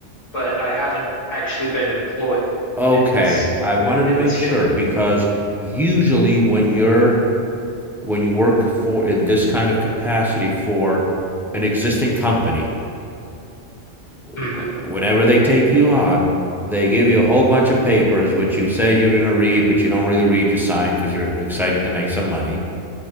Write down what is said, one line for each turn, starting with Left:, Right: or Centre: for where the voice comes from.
Left: but I haven't actually been employed
Centre: Okay,
Left: in this
Centre: I wanted
Left: in
Centre: to make
Left: this
Centre: sure
Left: field.
Centre: because usually when you're when you work for in this kind of capacity for an existing company, wh-
Left: hmm
Centre: whenever they take you on, they give you a whole bunch of papers which you say you're going to read, but you don't really read, you sign because you're excited to make some money.